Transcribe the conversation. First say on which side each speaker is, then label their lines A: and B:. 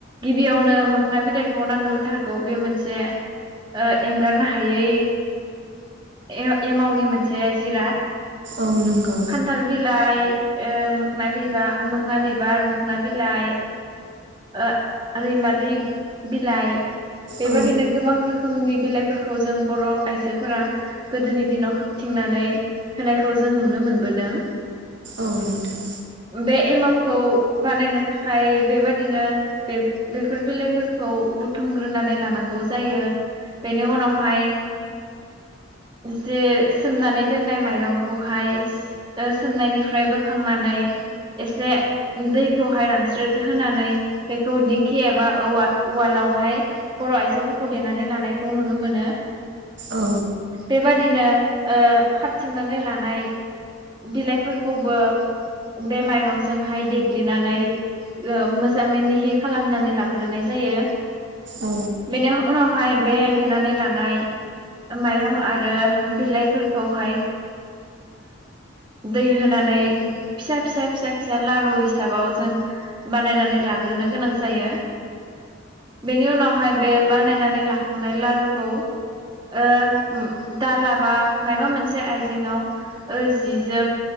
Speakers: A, on the right; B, on the right.
A: गिबियावनो मोखना बिलाइखौ नांग्रोथारगौ बे मोनसे ओ एंगारनो हायै ए एमावनि मोनसे जिराद
B: औ नंगौ
A: खान्थाल बिलाइ ओ मोखना‌ बिबा मोखना बिबार मोखना बिलाइ ओ रैमालि बिलाइ बेबाददिनो
B: औ
A: गोबां रोखोमनि बिलाइफोरखौ जों बर' आइजोफोरा गोदोनि दिनाव हाबथिंनानै होनायखौ जों नुनो मोनबोदों।
B: औ नोंथां
A: बे एमाव खौ बानायनो थाखाय बेबादिनो बेफोर बिलाइफोरखौ बुथुमग्रोनानै लानांगौ जायो। बेनि उनावहाय जे सोमनानै दोननाय माइरंखौहाय सोमनायनिफ्राय बोखांनानै एसे दैखौहाय रानस्रिद होनानै बेखौ दिंखि एबा उवालावहाय बर' आइजोफोरखौ फदेनानै लानायखौ नुनो मोनो।
B: औ
A: बेबादिनो हाबथिंनानै लानाय बिलाइफोरखौबो बे माइरं जोंहाय देग्लिनानै मोजाङै मिहि खालामनानै लाग्रोनाय जायो।
B: नोंथां औ
A: बेनो बे देनानै लानाय माइरं आरो बिलाइफोरखौहाय दै होनानै फिसा-फिसा-फिसा-फिसा लारु हिसाबाव जों बानायनानै लाग्रोनो गोनां जायो। बेनि उनावहाय बे बानायनानै लाखांनाय लारुखौ ओ दाला बा माबा मोनसे आइजेंआव जिजों